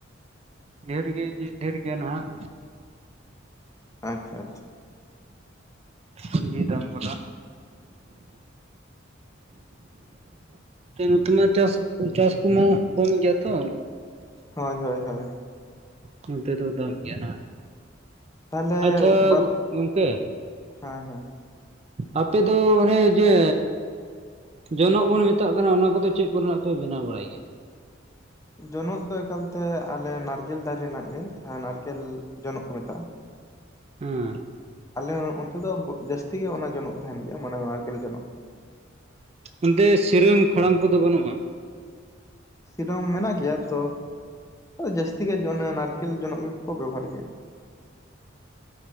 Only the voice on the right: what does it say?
ᱰᱷᱮᱨ ᱜᱮ ᱰᱷᱮᱨ ᱜᱮᱭᱟ ᱱᱟᱦᱟᱜ᱾
ᱥᱚᱵᱽᱡᱤ ᱫᱟᱢ ᱠᱚᱫᱚ ᱱᱚᱛᱮ ᱢᱟ ᱪᱟᱥ ᱪᱟᱥ ᱠᱚᱢᱟ ᱠᱚᱢ ᱜᱮᱭᱟ ᱛᱚ᱾
ᱱᱚᱱᱚᱛ ᱫᱚ ᱫᱟᱢ ᱜᱮᱭᱟ ᱱᱟᱜ,
ᱟᱪᱪᱷᱟ
ᱜᱚᱢᱠᱮ
ᱟᱯᱮᱫ ᱫᱚ ᱚᱱᱮ ᱡᱮ ᱡᱚᱱᱚᱜ ᱵᱚᱱ ᱢᱮᱛᱟᱜ ᱠᱟᱱᱟ ᱚᱱᱟ ᱠᱚᱫᱚ ᱪᱮᱫ ᱠᱚᱨᱮᱱᱟᱜ ᱯᱮ ᱵᱮᱱᱟᱣ ᱵᱟᱲᱟᱭ ᱜᱮᱭᱟ? <inaudible>
ᱟᱸᱻ
ᱚᱱᱛᱮ ᱥᱤᱨᱟᱹᱢ ᱠᱷᱟᱲᱟᱢ ᱠᱚᱫᱚ ᱵᱟᱹᱱᱩᱜᱼᱟ?